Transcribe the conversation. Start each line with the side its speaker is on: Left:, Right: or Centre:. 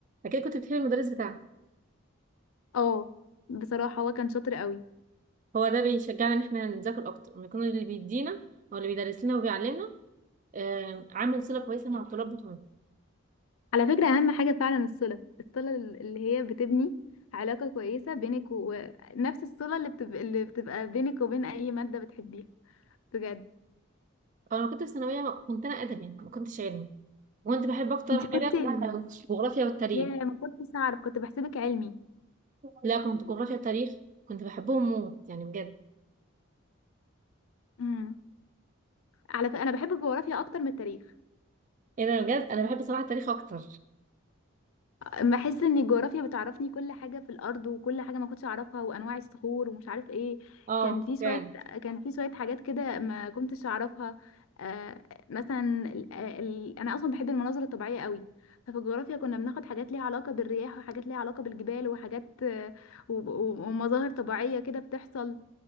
Right: اكيد كنت بتحبي المدرس بتاعك
Left: اه بصراحة هو كان شاطر قوي
Right: هو ده بيشجعنا ان احنا نذاكر اكتر ان يكون اللي بيدينا او اللي بيدرس لنا وبيعلمنا آه، عامل صلة كويسة مع الطلاب بتوعنا
Left: على فكرة اهم حاجة فعلا الصلة الصلة اللي هي بتبني علاقة كويسة بينك ونفس الصلة اللي بتبقى, اللي بتبقى بينك وبين اي مادة بتحبيها بجد
Right: انا كنت في ثانوية ما- كنت انا ادبي ما كنتش علمي وكنت بحب اكتر
Left: انت
Right: حاجة
Left: كنت
Right: الجغرافيا والتاريخ
Left: يا ما كنتش اعرف كنت بحسبك علمي
Right: لا كنت جغرافيا وتاريخ كنت بحبهم موت يعني بجد
Left: امم على فكره انا بحب الجغرافيا اكتر من التاريخ
Right: ايه ده بجد انا بحب صراحة التاريخ اكتر
Left: بحس ان الجغرافيا بتعرفني كل حاجه في الارض وكل حاجه ما كنتش اعرفها وانواع الصخور ومش عارف ايه
Right: اه
Left: كان في شويه
Right: فعلا
Left: كان في شويه حاجات كده ما كنتش اعرفها آه مثلا ال... آه، ال... انا اصلا بحب المناظر الطبيعيه قوي ففي الجغرافيا كنا بناخد حاجات ليها علاقه بالرياح وحاجات ليها علاقه بالجبال وحاجات آه، و... و- ومظاهر طبيعيه كده بتحصل